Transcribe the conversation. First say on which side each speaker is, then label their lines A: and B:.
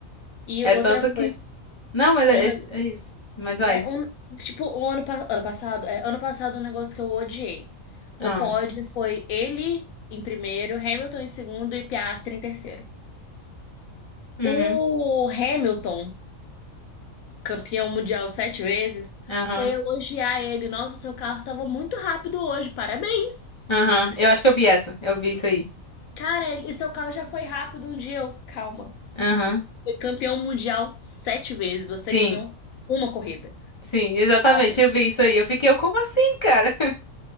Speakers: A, on the left; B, on the left.
A: E
B: É tanto
A: outra coisa,
B: que. Não, mas é,
A: uma-
B: é, é isso. Mas vai.
A: é um, tipo, o ano, pa- ano passado, é, ano passado um negócio que eu odiei. O
B: Ah.
A: pódio foi ele em primeiro, Hamilton em segundo e Piastri em terceiro.
B: Uhum.
A: O Hamilton campeão mundial sete vezes,
B: Aham.
A: foi elogiar ele. Nossa, o seu carro estava muito rápido hoje, parabéns.
B: Aham. Eu acho que eu vi essa. Eu vi isso aí.
A: Cara, ele, o seu carro já foi rápido um dia. Eu, calma.
B: Aham.
A: Foi campeão mundial sete vezes, você
B: Sim,
A: ganhou uma corrida.
B: sim, exatamente.
A: Calma,
B: Eu vi isso aí. Eu fiquei, eu, como assim, cara?